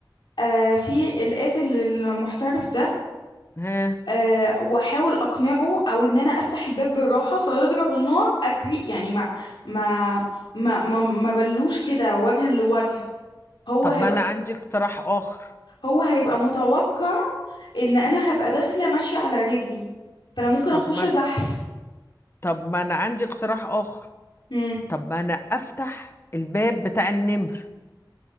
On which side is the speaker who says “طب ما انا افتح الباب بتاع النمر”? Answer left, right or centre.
Left